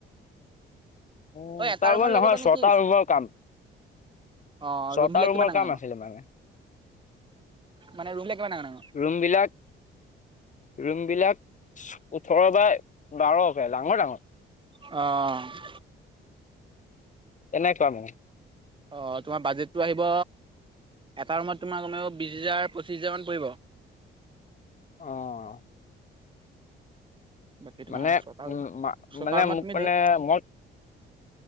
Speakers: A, on the left; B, on the right.
A: উম,
B: তই এটা
A: তাৰ
B: ৰুমত
A: মানে
B: লগাপবা
A: নহয়
B: নেকি?
A: ছটা ৰুমৰ কাম
B: আহ,
A: ছটা
B: ৰুম বিলাক
A: ৰুমৰ
B: কিমান ডাঙৰ
A: কাম
B: ডাঙৰ?
A: আছিলে মানে
B: মানে ৰ ৰুম বিলাক কিমান ডাঙৰ ডাঙৰ?
A: ৰুম বিলাক ৰুম বিলাক, ওঠৰ বা বাৰকে ডাঙৰ ডাঙৰ।
B: অ'।
A: এনেকুৱা মানে।
B: অ' তোমাৰ বাজেটটো আহিব, এটা ৰুমত তোমাৰ কম বিছ হেজাৰ পঁচিছ হেজাৰমান পৰিব।
A: অ'।
B: বাকী তোমাৰ,
A: মানে
B: শতাৰ
A: উম মা-
B: শতাৰ
A: মানে
B: ম
A: মোক
B: তুমি
A: মানে
B: ধ
A: মই